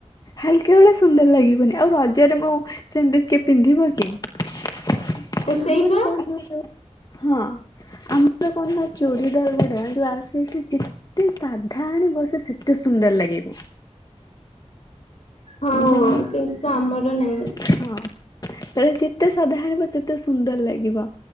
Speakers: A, on the left; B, on the left.
A: ହାଲକା ଭଳିଆ ସୁନ୍ଦର ଲାଗିବନି ଆଉ ରଜରେ ମୁଁ ସେମିତି ଟିକେ ପିନ୍ଧିବ କି? ଆମର
B: ସେଇପା
A: କଣ ଅଛି। ହଁ ଆମର କଣ ନା ଚୋଡ଼ି ଦରଗଡା ଯୋଉ ଆସେ ସେ ଯେତେ ସା କଥା ଆଣି ବସେ ସେତେ ସୁନ୍ଦର ଲାଗିବ।
B: ହଁ
A: ଯେ
B: କିନ୍ତୁ ଆମର ନାହିଁ।
A: ହଁ ତାହେଲେ ଯେତେ ସାଧା ଆଣବ ସେତେ ସୁନ୍ଦର ଲାଗିବ।